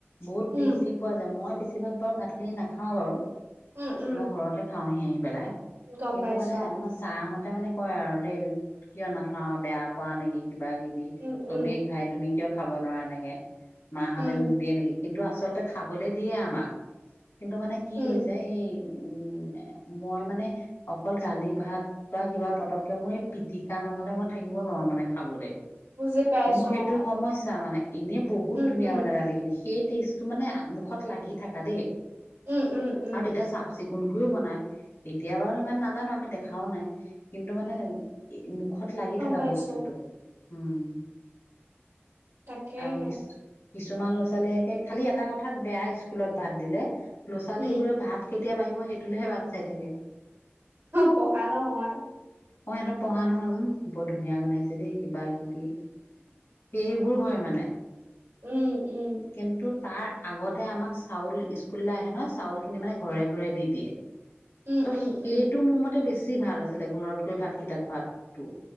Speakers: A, on the left; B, on the right.
A: বহুত
B: উম
A: তৃপ্তি পোৱা যায় মই বেছি তিবাক বাৰু ভাত খিনি নাখাওঁ বাৰু
B: উম উম
A: মই ঘৰতে খাওঁহি আহি পেলাই
B: গম
A: কিন্তু
B: পাইছো
A: মানে আমাৰ ছাৰ তাতে মানে কয় আৰু দেই কিয় নাখাওঁ বেয়া পোৱা নেকি কিবা কিবি
B: উম
A: চবেই
B: উম
A: খাই তুমি কিয় খাব নোৱাৰা এনেকে মাহঁতে
B: উম
A: নিদিয়ে নেকি কিন্তু আচলতে খাবলে দিয়ে আমাক কিন্তু মানে কি
B: উম
A: হৈ যায় এই উম মই মানে অকল ডালি ভাত বা কিবা পতককে মই এই পিটিকা নহলে মই থাকিব নোৱাৰো মানে খাবলে
B: বুজি পাইছো
A: মোৰ সেইটো
B: অ
A: সমস্যা মানে এনেই বহুত
B: উম
A: ধুনীয়া
B: উম
A: মানে ডালিখিনি সেই টেষ্ট তো মানে মুখত লাগি থাকা দে
B: উম উম উম
A: আৰু তেতিয়া চাফচ চিকুনকৈও বনাই এতিয়া বাৰু ইমান নাজানো আমি দেখাও নাই কিন্তু মানে মুখ লাগি
B: গম
A: থকা
B: পাইছো
A: বস্তুতটো উম
B: তাকেহে
A: আৰু কিছু কিছুমান ল'ৰা ছোৱালীয়েকে খালি এটা কথাত বেয়া স্কুলত ভাত দিলে ল'ৰা ছোৱালীবোৰে
B: উম
A: ভাত কেতিয়া বাঢ়িব সেইটোলৈহে বাট চাই থাকে
B: পঢ়া নহয়
A: মই ইহঁত পঢ়াৃ নহয় উম বৰ ধুনীয়া জনাইছে দে কিবা <unintelligible> সেইবোৰ হয় মানে
B: উম উম
A: কেন্তটোত তাৰ আগতে আমাক চাউল স্কুললৈ আহে নহয়, চাউল খিনি মানে ঘৰে ঘৰে দি দিয়ে।
B: উম
A: ত'
B: উম
A: সেইটো
B: উম
A: মোৰ মতে বেছ বেছি ভাল আছিলে, ঘৰত গৈ ভাত কেইটা খোৱাতো।